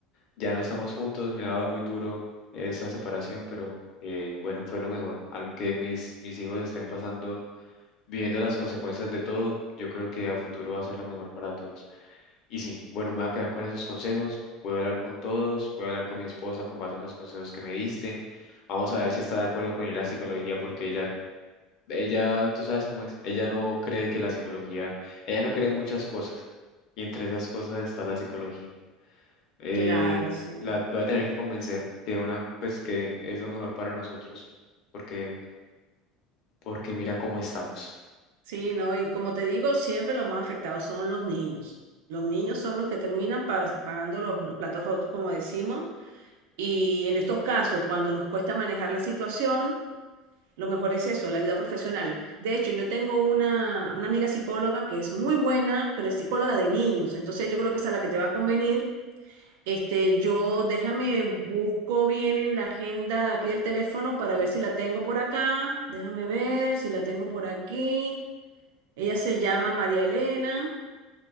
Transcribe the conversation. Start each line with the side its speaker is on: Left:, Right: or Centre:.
Left: Ya no estamos juntos, me ha dado muy duro esa separación, pero eh, bueno, fue lo mejor. Aunque mis, mis hijos estén pasando, viviendo las consecuencias de todo, yo creo que a futuro va a ser lo mejor para todos. Y sí, bueno, me voy a quedar con esos consejos. Voy a hablar con todos, voy a hablar con mi esposa con base en los consejos que me diste. Vamos a ver si está de acuerdo con ir a la psicología porque ella ella, tú sabes cómo es, ella no cree que la psicología, ella no cree en muchas cosas, y entre esas cosas está la psicología. Eh,
Right: Claro, sí.
Left: la voy a tener que convencer que una, pues que es lo mejor para nosotros, porque, porque mira cómo estamos.
Right: Sí,
Left: Eh,
Right: ¿no? Y como te digo, siempre los más afectados son los niños. Los niños son los que terminan pa- pagando los, los platos rotos, como decimos. Y en estos casos, cuando nos cuesta manejar la situación, lo mejor es eso, la ayuda profesional. De hecho, yo tengo una, una amiga psicóloga que es muy buena, pero es psicóloga de niños. Entonces yo creo que esa es la que te va a convenir Este, yo déjame, busco bien en la agenda aquí del teléfono para ver si la tengo por acá. Déjame ver si la tengo por aquí. Ella se llama María Elena.